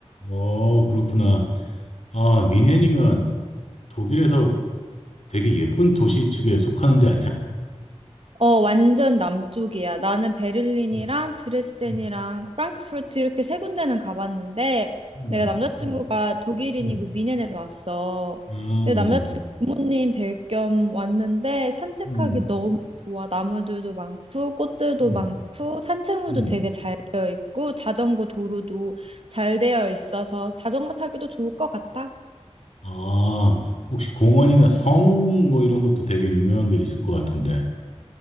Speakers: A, on the left (about 75°); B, on the right (about 55°).
A: 어, 그렇구나. 아, 미넨이면 독일에서 되게 예쁜 도시 측에 속하는데 아니야?
B: 어, 완전 남쪽이야. 나는 베를린이랑
A: 음,
B: 드레스덴이랑
A: 음,
B: 프랑크푸르트 이렇게 세 군데는 가봤는데,
A: 음,
B: 내가 남자친구가
A: 음,
B: 독일인이고
A: 음, 음.
B: 미넨에서 왔어.
A: 아, 음,
B: 근데 남자친구 부모님 뵐 겸 왔는데, 산책하기
A: 음,
B: 너무 좋아. 나무들도 많고, 꽃들도
A: 음,
B: 많고, 산책로도
A: 음.
B: 되게 잘 되어 있고, 자전거 도로도 잘 되어 있어서 자전거 타기도 좋을 것 같아.
A: 아, 혹시 공원이나 성 뭐 이런 것도 되게 유명한 게 있을 것 같은데.